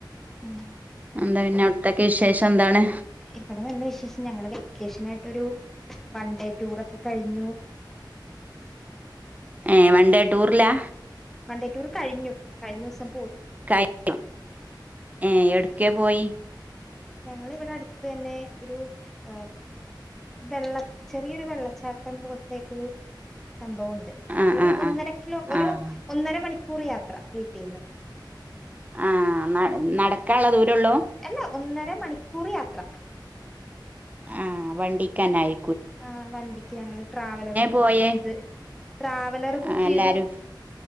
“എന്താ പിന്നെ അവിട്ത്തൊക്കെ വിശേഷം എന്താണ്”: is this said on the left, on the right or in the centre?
Right